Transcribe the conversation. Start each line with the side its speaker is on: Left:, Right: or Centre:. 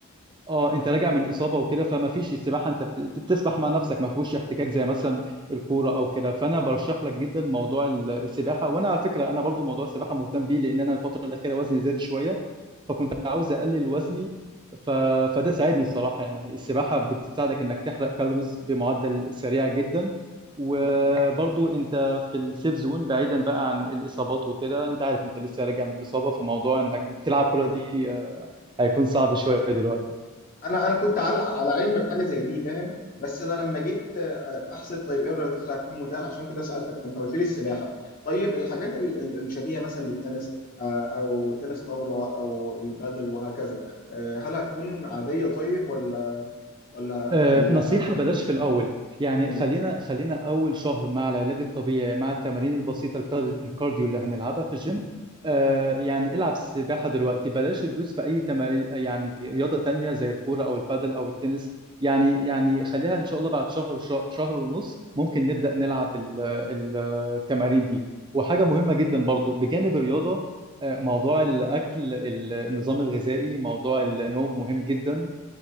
Right: اه انت راجع من اصابه وكده فما فيش السباحه انت بت- بتسبح مع نفسك ما فيهوش احتكاك زي مثلا الكوره او كده فانا برشح لك جدا موضوع السباحه وانا على فكره انا برضو موضوع السباحه مهتم بيه لان انا الفتره الاخيره وزني زاد شويه فكنت
Left: مم.
Right: عاوز اقلل وزني ف... فده ساعدني الصراحه يعني السباحه بتساعدك انك تحرق كالوريز بمعدل سريع جدا وبرضو
Left: مم.
Right: انت في السيف زون بعيدا بقى عن الاصابات وكده انت عارف انت لسه راجع من اصابه فموضوع انك
Left: مم.
Right: تلعب كره دي آه، هيكون صعب شويه دلوقتي
Left: انا انا كنت على على علم بحاجة زي دي فاهم بس انا لما جيت آه، احسب طيب ايه الرياضات اللي هتكون متاحة عشان كده سألتك فانت قلت لي السباحة طيب الحاجات ال- ال- الشبيهة مثلا للتنس آه، او تنس طاولة او البادل وهكذا آه، هل هتكون عادية طيب ولا ولا
Right: آه،
Left: ولا لا
Right: نصيحة بلاش في الأول يعني
Left: مم.
Right: خلينا خلينا أول شهر مع العلاج الطبيعي مع التمارين البسيطة الكار- الكارديو اللي هنلعبها في الجيم آه، يعني العب سباحة دلوقتي بلاش تدوس في أي تمارين يعني رياضة تانية زي الكورة أو البادل أو التنس يعني يعني خليها إن شاء الله بعد شهر شه- شهر ونص ممكن نبدأ نلعب ال- ال- التمارين دي وحاجة مهمة جدا برضو بجانب الرياضة آه، موضوع الأكل النظام الغذائي موضوع النوم مهم جدا